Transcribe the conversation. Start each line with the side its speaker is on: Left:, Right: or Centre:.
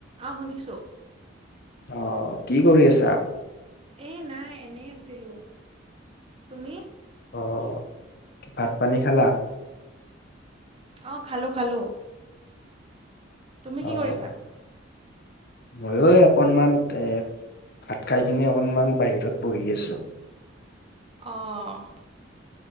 Right: অ শুনিছোঁ।
Left: অ কি কৰি আছা?
Right: এই নাই এনেই আছিলোঁ। তুমি?
Left: অ' ভাত-পানী খালা?
Right: অ খালোঁ খালোঁ। তুমি
Left: অহ
Right: কি কৰিছা
Left: ময়ো অকনমান এ ভাত খাই কিনে অকনমান বাহিৰত বহি আছো।
Right: অ',